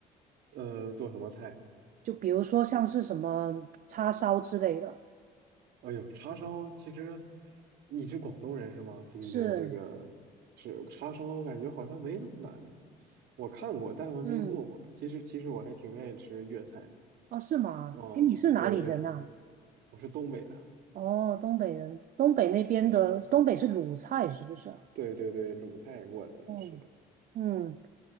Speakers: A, on the right; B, on the right.
A: 呃，做什么菜？
B: 就比如说像是什么叉烧之类的，
A: 哎呦，叉烧其实你是广东人是吗？听你的这个是叉烧，
B: 是，
A: 我感觉好像没那么难呢、我看过，但我没做过。
B: 嗯，
A: 其实其实我还挺愿意吃粤菜的。
B: 哦，是吗？
A: 哦，
B: 哎，你是哪里人啊？
A: 对对，我是东北的，
B: 哦，东北人，东北那边的，
A: 我是
B: 东北是鲁菜是不是啊？
A: 对对对，鲁菜过来的，
B: 哦，
A: 是的。
B: 嗯，